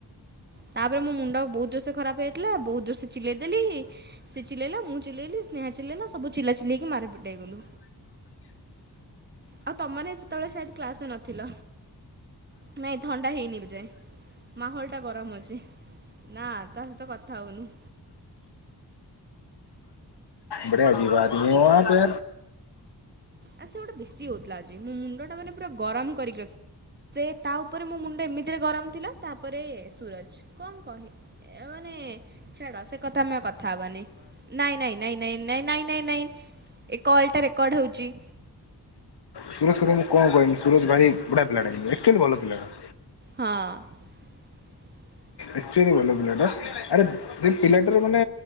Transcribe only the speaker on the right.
ତାପରେ ମୋ ମୁଣ୍ଡ ବହୁତ ଜୋରସ ଖରାପ ହେଇାଇଥିଲା ବହୁତ ଜୋରସେ ଚିଲେଇଦେଲି। ସେ ଚିଲେଇଲା ମୁଁ ଚିଲେଇଲି ସ୍ନେହା ଚିଲେଇଲା ସବୁ ଚିଲା ଚିଲେଇକି ମାର ପିଟା ହେଇଗଲୁ। ଆଉ ତମ ମାନେ ସେତେବେଳେ ସାୟଧେ କ୍ଲାସ ରେ ନଥିଲ। ନାଇଁ ଥଣ୍ଡା ହେଇନି ଏବେ ଯାଏଁ, ମାହୋଲ୍ ଟା ଗରମ ଅଛି। ନା ତା ସହିତ କଥା ହଉନି।
ଆ ସେ ଗୋଟେ ବେଶୀ ହେଉଥିଲା ଆଜି ମୁଁ ମୁଣ୍ଡଟା ମାନେ ପୁରା ଗରମ୍ କରିକି ରଖି ସେ ତା ଉପରେ ମୋ ମୁଣ୍ଡ ଏମିତିରେ ଗରମ୍ ଥିଲା ତାପରେ ସୁରଜ କଣ କହେ ଏ ମାନେ ଛାଡ, ସେ କଥା ଆମେ କଥା ହବାନି। ନାଇଁ ନାଇଁ ନାଇଁ ନାଇଁ। ନାଇଁ ନାଇଁ ନାଇଁ ନାଇଁ ଏ କଲ୍ ଟା ରେକର୍ଡ଼ ହେଉଛି‌।
ହଁ <inaudible>